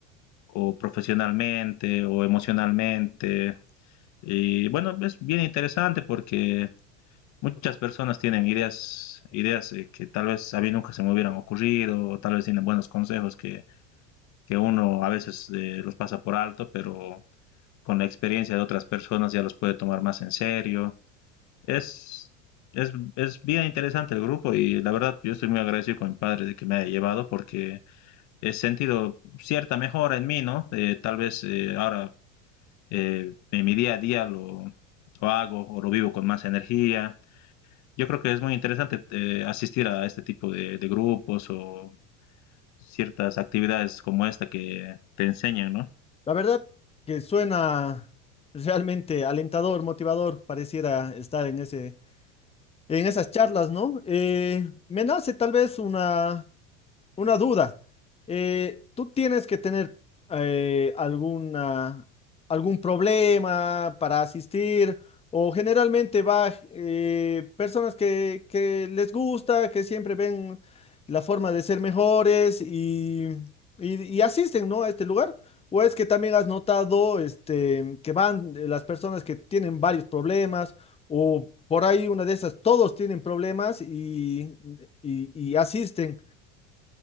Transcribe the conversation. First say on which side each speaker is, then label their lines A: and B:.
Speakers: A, on the left (about 50°); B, on the left (about 15°).
A: o profesionalmente o emocionalmente. Y bueno, es bien interesante porque muchas personas tienen ideas, ideas eh, que tal vez a mí nunca se me hubieran ocurrido, o tal vez tienen buenos consejos que, que uno a veces eh, los pasa por alto, pero con la experiencia de otras personas ya los puede tomar más en serio. Es, es, es bien interesante el grupo y la verdad yo estoy muy agradecido con mi padre de que me haya llevado porque he sentido cierta mejora en mí, ¿no? Eh, tal vez eh, ahora eh, en mi día a día lo, lo, hago o lo vivo con más energía. Yo creo que es muy interesante eh, asistir a este tipo de, de grupos o ciertas actividades como esta que te enseñan, ¿no?
B: La verdad que suena realmente alentador, motivador, pareciera estar en ese, en esas charlas, ¿no? Eh, me nace tal vez una una duda. Eh, ¿tú tienes que tener eh, alguna, algún problema para asistir? ¿O generalmente va eh, personas que, que les gusta, que siempre ven la forma de ser mejores y, y- y asisten, ¿no? a este lugar? ¿O es que también has notado este, que van eh, las personas que tienen varios problemas o por ahí una de esas, todos tienen problemas y, y y asisten?